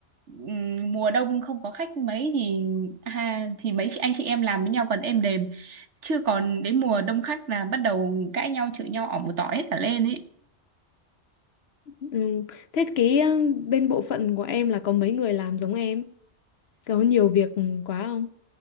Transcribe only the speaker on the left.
ừ. Thế cái ờ, bên bộ phận của em là có mấy người làm giống em có nhiều việc ừ, quá không